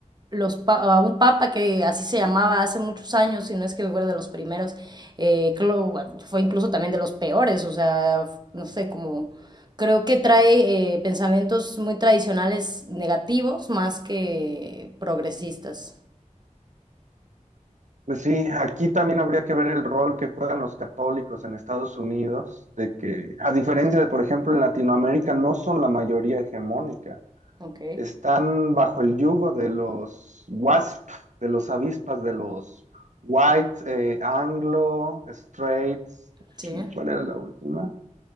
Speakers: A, on the right; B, on the right.
A: los pa a un papa que así se llamaba hace muchos años, si no es que fuera de los primeros, eh, clo- fue incluso también de los peores, o sea, no sé, como creo que trae eh, pensamientos muy tradicionales negativos más que progresistas.
B: Pues sí, aquí también habría que ver el rol que juegan los católicos en Estados Unidos, de que a diferencia de, por ejemplo, en Latinoamérica, no son la mayoría hegemónica.
A: Ok.
B: Están bajo el yugo de los WASP, de los avispas, de los White, eh, Anglo, Straits,
A: Sí.
B: ¿cuál era la última?